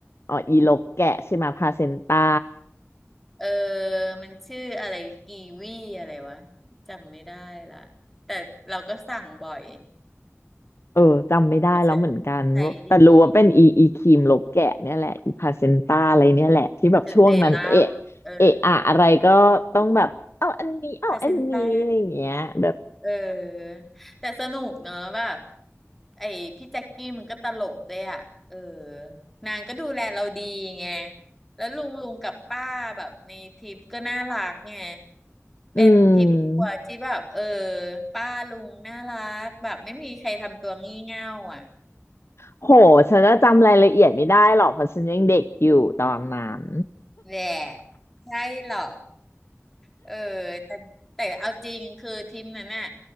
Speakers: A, on the left; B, in the centre.
A: อ๋ออีลกแกะใช่ไหมพาเซนต้า
B: เออมันชื่ออะไรกีวีอะไรวะจำไม่ได้ละแต่เราก็สั่งบ่อย
A: เออจำไม่ได้แล้วเหมือนกันว่าแต่รู้ว่าเป็นอีอีครีมลกแกะเนี่ยแหละอีพาเซนต้าอะไรเนี่ยแหละที่แบบช่วงนั้นเอะ
B: เพราะฉันใช้ดีนะเป็นเซรั่มเออ
A: เอะอะอะไรก็ต้องแบบเอาอันนี้เอาอันนี้อะไรอย่างเงี้ยแบบ
B: พาเซนต้า เออแต่สนุกเนอะแบบไอ้พี่แจ็คกี้มันก็ตลกด้วยอ่ะเออนางก็ดูแลเราดีไงแล้วลุงลุงกับป้าแบบในทริปก็น่ารักไงเป็นทริปครัวร์ที่แบบเออ
A: อืม
B: ป้าลุงน่ารักแบบไม่มีใครทำตัวงี่เง่าอ่ะ
A: โหฉันจะจำรายละเอียดไม่ได้หรอกเพราะฉันยังเด็กอยู่ตอนนั้น
B: แหละใช่เหรอ เออแต่แต่เอาจริงคือทีมนั้นน่ะ